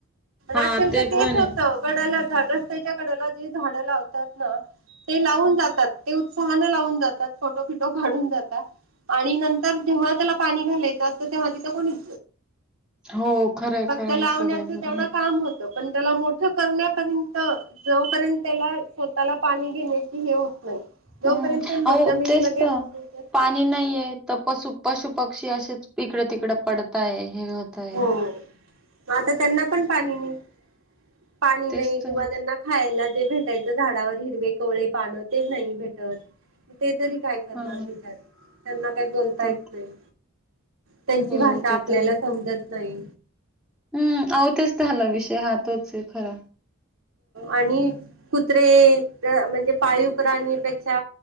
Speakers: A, in the centre; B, on the right (about 85°).
A: हा
B: अक्षरशः
A: ते
B: तेच
A: पण
B: होत
A: आहे
B: कडला रस्त्याच्या कडला जे झाड लावत ते लावून जातात ते उत्साहने लावून जातात फिो फिटो काढून जाता आणि नंतर जेव्हा त्याला पाणी घालायचं असतं तेव्हा तिथे कोणीच
A: हो खरंय
B: फक्त
A: खरंय
B: लावण्याच
A: हे सगळं
B: तेवढं
A: बरोबर आहे
B: काम होतं पण त्याला मोठं करण्यापर्यंत जोपर्यंत त्याला स्वतःला पाणी घेण्याची हे होत नाही जोपर्यंत
A: हम्म
B: ते
A: अ
B: जमिनीमध्ये
A: तेच
B: रुजत नाही
A: पाणी नाहीय तर पशु पशु पक्षी असेच तिकडं तिकडं पडताय हे होतय
B: हो आता त्यांना पण पाणी नाही पाणी
A: तेच
B: नाही
A: तर
B: किंवा त्यांना खायला जे भेटायचं झाडावर हिरवे कवळे पान ते नाही भेटत ते तरी काय करणार
A: हा
B: बिचार त्यांना काही बोलता
A: ते
B: येत नाही त्यांची
A: हो
B: भाषा
A: ते
B: आपल्याला
A: तर आहे
B: समजत नाही
A: हम्म आवतेच त्या हला विषय हातोच खरा
B: आणि कुत्रे म्हणजे पाळी उप राणीपेक्षा